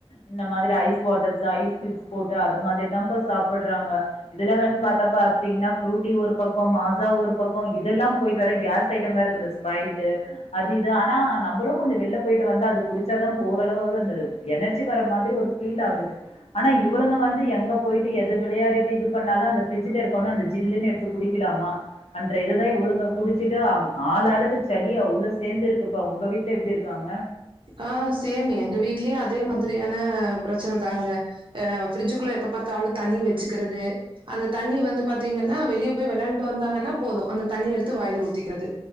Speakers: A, on the left; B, on the right.
A: இந்த மாதிரி ஐஸ் வாட்டர்ஸ் ஐஸ் க்யூப்ஸ் போட்டு அது மாதிரி தான்பா சாப்பிட்ராங்க இதல வேற பாத்தாப்பா ஃப்ரூடி ஒரு பக்கம் மாஸா ஒரு பக்கம் இதெல்லா போயிட்டு வேற கேஸ் ஐட்டம் வேற இந்த ஸ்பரைட் அது இது ஆனா நம்பளு கொஞ்ச வெளில போயிட்டு வந்து அது குடிச்சாதா ஓரளவாவது அந்த எனர்ஜி வரற மாதிரி ஒரு ஃபீல் ஆகுது ஆனா இவளுங்க வந்து எங்க போயிட்டு எது விளையாடிட்டு இது பண்ணாலு அந்த ஃபிரிட்ஜ்ல இருக்க அந்த ஜில்லுன்னு எடுத்து குடிக்கலாமா அன்ற இதுதா இவ்ளுங்க குடிச்சிட்டு் ஆள்ளாளுக்கு சளி அவ்ளவு சேர்ந்து இருக்குப்பா உங்க வீட்டுல எப்படி இருக்காங்க
B: ஆ சேம் எங்க வீட்லயு அதே மாதிரியான பிரச்சனதாங்க அ ஃபிரிட்ஜுக்குள்ள எப்ப பாத்தாலும் தண்ணி வச்சுக்கிறது அந்த தண்ணி வந்து பார்த்தீங்கன்னா வெளியே போய் விளையாண்டுட்டு வந்தாங்கன்னா போது அந்த தண்ணி எடுத்து வாயில ஊத்திக்கிறது